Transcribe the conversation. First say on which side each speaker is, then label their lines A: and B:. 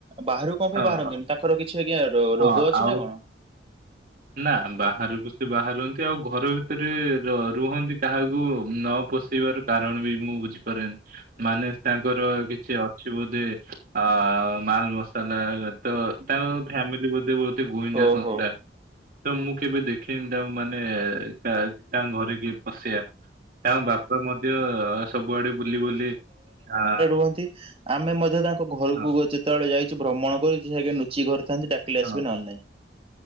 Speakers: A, on the right; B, on the right.
A: ବାହାରୁ କଣପାଇଁ
B: ହଁ
A: ବାହାରନ୍ତିନି, ତାଙ୍କର କିଛି ଆଜ୍ଞା
B: ହଁ
A: ରୋଗ ଅଛି
B: ଆଉ
A: ନାଁ କଣ?
B: ନା ବାହାରକୁ ସେ ବାହାରନ୍ତି। ଆଉ ଘର ଭିତରେ ର ରୁହନ୍ତି କାହାକୁ ନ ପଷି ପଶିବାର କାରଣ ବି ମୁଁ ବୁଝିପାରେନି। ମାନେ ତାଙ୍କର କିଛି ଅଛି ବୋଧେ ଆ ମାଲ ମସାଲା ତ ତାଙ୍କ ଫ୍ୟାମିଲି ବୋଧ ବୋଧେ ଗୁଇନ୍ଦା
A: ଓହୋ।
B: ସଂସ୍ଥା। ତ ମୁଁ କେବେ ଦେଖ ଖିନି ତାଙ୍କୁ ମାନେ ତାଙ୍କ ଘରେ କିଏ ପଶିବା ତାଙ୍କ ବାପା ମଧ୍ୟ ସବୁଆଡେ ବୁଲି ବୁଲି ଆ
A: କୁହନ୍ତି? ଆମେ ମଧ୍ୟ ତାଙ୍କ ଘରକୁ
B: ହଁ
A: ଯେତେବେଳେ ଯାଇଚୁ ଭ୍ରମଣ କରୁଚୁ ସେ ଲୁଚି ଘରେ ଥାନ୍ତି ଡାକିଲେ ଆସିବେ
B: ହଁ
A: ନହେଲେ ନାଇଁ।